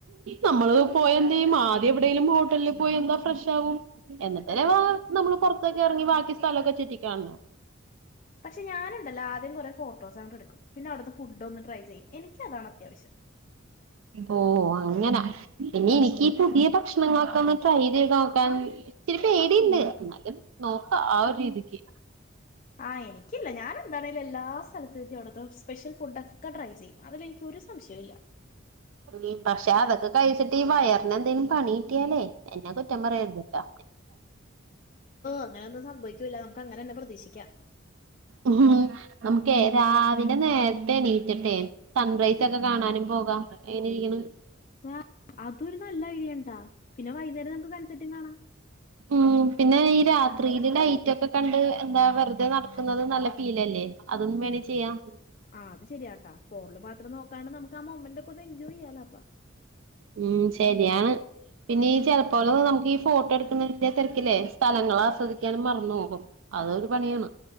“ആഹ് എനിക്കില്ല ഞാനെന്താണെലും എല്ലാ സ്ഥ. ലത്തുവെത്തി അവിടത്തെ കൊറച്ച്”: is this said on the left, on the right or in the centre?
Left